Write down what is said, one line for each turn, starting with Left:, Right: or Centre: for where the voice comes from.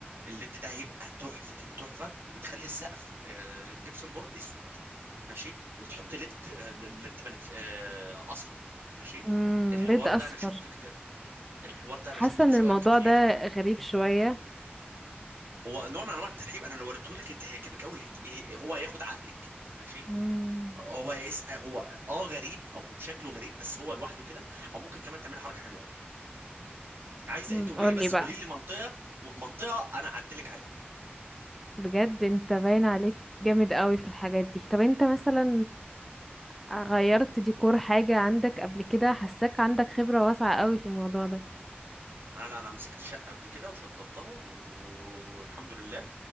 Right: الليد ده هيبقى تحفه التحفه وتخلي السقف آه، جبسن بورد اسود ماشي وتحطي ليد آه، ليد بنف... آه، اصفر ماشي
Centre: امم
Right: الحوار
Centre: بيض اصفر
Right: ده انا شفته كتير الحوار ده انا
Centre: حاسة
Right: شفته
Centre: ان
Right: في شقق
Centre: الموضوع
Right: كتير
Centre: ده غريب شوية
Right: هو نوع من انواع الترحيب انا لو وريته لك انت هيعجبك قوي هت... إيه- هو هياخد عقلك ماشي
Centre: امم
Right: هو يسأل هو اه غريب او شكله غريب بس هو لوحده كده او ممكن كمان تعمل حركه حلوه قوي عايزه
Centre: مم.
Right: انت قولي
Centre: قولي
Right: لي بس
Centre: بقى
Right: قولي لي منطقه م- منطقه انا اعدلك عليها
Centre: بجد انت باين عليك جامد قوي في الحاجات دي طب انت مثلا آه، غيرت ديكور حاجة عندك قبل كده حاساك عندك خبرة واسعة قوي في الموضوع ده
Right: انا انا مسكت شقه قبل كده وشطبتها والحمد لله